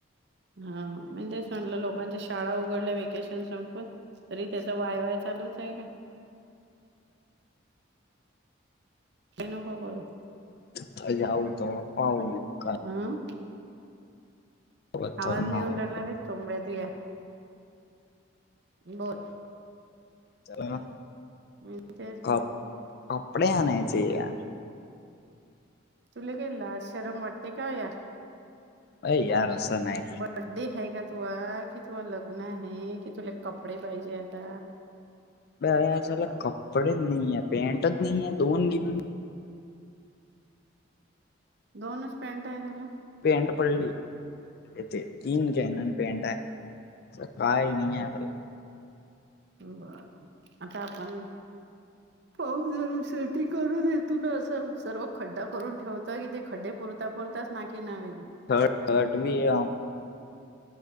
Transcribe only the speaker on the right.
हा म्हणजे सगल्या लोकांच्या शाळा उघडल्या वेकेशन संपून तरी त्याचा वाय वाय चालूच का ते नको करू
हम्
आवाज
नइ येऊन
राहिलारे चोंबड्या तुया, बोलं
मी तेच
तुले काय लाज शरम वाटते का यार
बड्डे हाय का तुआ कि तु लग्न हाय कि तुला कपडे पाहिजे आता
हा,
दोनच पॅन्टय तुला
बर आता आपण
पाऊस जरा शेटिंग करून येतो ना असं सर्व खड्डा करून ठेवतो की ते खड्डे पु त्या पुरतात नाकी नऊ येईल